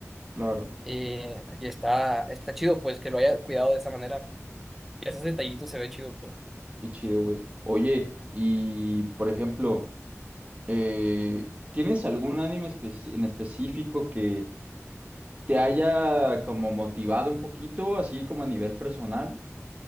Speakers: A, on the right (about 25°); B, in the centre.
A: Claro,
B: Y, y está, está chido, pues, que lo haya cuidado de esa manera. Y esos detallitos se ve chido, pues.
A: qué chido, güey. Oye, y por ejemplo... Eh, ¿tienes algún anime espe- en específico que te haya como motivado un poquito, así como a nivel personal?